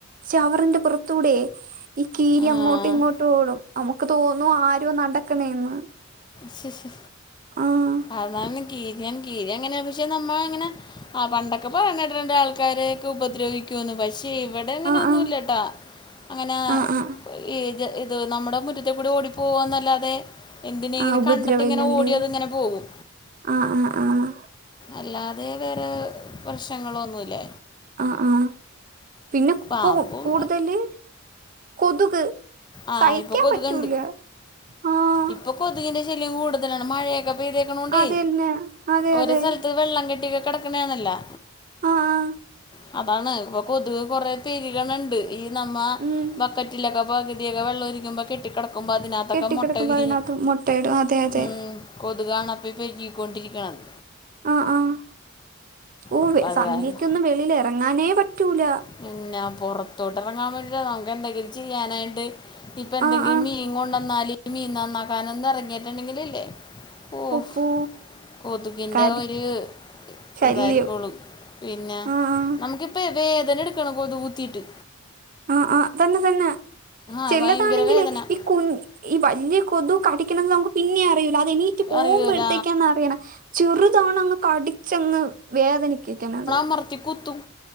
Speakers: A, on the right (about 40°); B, on the left (about 20°).
A: ചവറിന്റെ പുറത്തൂടെയേ ഈ കീരി
B: ആ
A: അങ്ങോട്ടും ഇങ്ങോട്ടും ഓടും നമുക്ക് തോന്നും ആരോ നടക്കണേയാന്ന്
B: സ് സ്
A: ആഹ്
B: അതാണ് കീരിയ കീരിയാങ്ങനെയാണ് പക്ഷെ നമ്മള് അങ്ങനെ ആഹ് പണ്ടൊക്കെ പറയണ് കേട്ടിട്ടുണ്ട് ആൾക്കാരെയൊക്കെ ഉപദ്രവിക്കൂന്ന് പക്ഷേ ഇവിടെ അങ്ങനെ
A: ആഹ്
B: ഒന്നുംല്ലാട്ടോ
A: ആഹ്
B: അങ്ങനെ
A: ആഹ് ആഹ്
B: <unintelligible> ഇത് നമ്മുടെ മുറ്റത്കൂടി ഓടിപ്പോവന്നല്ലാതെ എന്തിനേയെങ്കിലും
A: ആഹ് ഉപദ്രവല്ലല്ലേ
B: കണ്ടിട്ട് ഇങ്ങനെ ഓടിയത്ങ്ങനെ പോകും
A: ആഹ് ആഹ് ആഹ്
B: അല്ലാതെ വേറെ പ്രശ്നങ്ങളൊന്നുംല്ല
A: ആഹ് ആഹ് പിന്നെപ്പൊ
B: പാമ്പും
A: കൂടുതല് കൊതുക്
B: ആഹ്
A: സഹിക്കാൻ
B: ഇപ്പൊ കൊതുകുണ്ട്
A: പറ്റൂല ആഹ്
B: ഇപ്പൊ കൊതുകിന്റെ ശല്യം കൂടുതലാണ് മഴയൊക്കെ പെയ്ത ക്കണോണ്ടേ
A: അതന്നെ അതെ
B: ഓരോ
A: അതെ
B: സ്ഥലത്ത് വെള്ളം കെട്ടി ഒക്കെ കെടക്ണേയാണല്ലോ
A: ആ ആ
B: <unintelligible> അതാണ് ഇപ്പൊ കൊതുവ് കൊറെ പെരുകണുണ്ട് ഈ നമ്മ
A: ഉം
B: ബക്കറ്റിലൊക്കൊ പകു തിയൊക്കെ വെള്ളം ഇരിക്കുമ്പോ കെട്ടികെടക്കുമ്പോ അതിനകത്തൊക്കെ
A: കെട്ടിക്കിടക്കുമ്പോ
B: മൊട്ട വിരിഞ്
A: അതിനകത്ത് മുട്ടയിടും അതെ അതെ
B: ഉം കൊതുകാണപ്പൊ ഈ പെരികിക്കൊണ്ടിരിക്കണത്
A: ആഹ് ആഹ് ഓഹ്
B: അപ്പം അത്
A: സന്ധ്യക്കൊന്നും
B: കാരണം
A: വെളിയിൽ ഇറങ്ങാനേ പറ്റൂല
B: പിന്നെ പുറത്തോട്ട് ഇറങ്ങാൻ പറ്റില നമുക്ക് എന്തെങ്കിലും ചെയ്യാനായിട്ട് ഇപ്പൊ എന്തെങ്കിലും
A: ആ ആ
B: മീൻ കൊണ്ടന്നാല് മീൻ നന്നാക്കാനൊന്ന് ഇറങ്ങിട്ടുണ്ടെങ്കിലില്ലേ ഓഹ്
A: ഉപ്പൂ
B: കൊതുകിന്റെ
A: കടി
B: ഒര്
A: ശല്യം
B: ഇതായിരിക്കുള്ളൂ പിന്നെ
A: ആ ആ
B: നമുക്കിപ്പൊ വേദന എടുക്കണ് കൊതു കുത്തീട്ട്
A: ആഹ് ആഹ് തന്നെ തന്നെ
B: ആ
A: ചിലതാണെങ്കില്
B: ഭയങ്കര വേദന
A: ഈ കുഞ് ഈ വല്യ കൊതു കടിക്കണെത് നമുക്ക് പിന്നെ അറിയൂല്ല അതെനി റ്റ് പോകുമ്പോഴത്തേക്കാണ്
B: അറിയൂല
A: അറിയണത് ചെറുതാണങ്ങ് കടിച്ചങ്ങ് വേദനിപ്പിക്കണത്
B: മൊറത്തികുത്തും